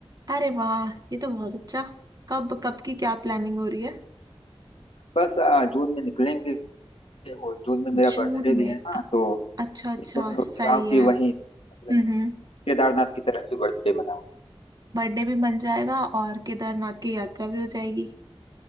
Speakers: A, on the right; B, on the left.
A: अरे वाह ये तो बहुत अच्छा कब कब की क्या प्लानिंग हो रही है
B: बस आ, जून में निकलेंगे और जून में मेरा
A: जून
B: बर्थडे भी
A: में
B: है ना तो
A: अच्छा अच्छा
B: इस बार सोच
A: सही
B: रहा हूँ
A: है
B: कि वहीं मतलब
A: हम्म हम्म
B: केदारनाथ की तरफ ही बर्थडे मनाऊं
A: बर्थडे भी बन जाएगा और केदारनाथ की यात्रा भी हो जाएगी